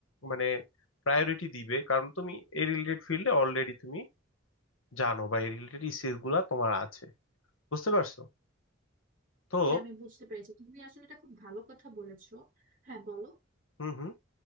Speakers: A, on the left (about 80°); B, on the right (about 40°).
A: মানে প্রায়োরিটি দিবে কারণ তুমি এই রিলেটেড ফিল্ডে অলরেডি তুমি জানো বা এই রিলেটেড স্কিল গুলা তোমার আছে বুঝতে পারছো তো
B: জি আমি বুঝতে পেরেছি তুমি আসলে এটা খুব ভালো কথা বলেছো হ্যাঁ বলো
A: হুম হুম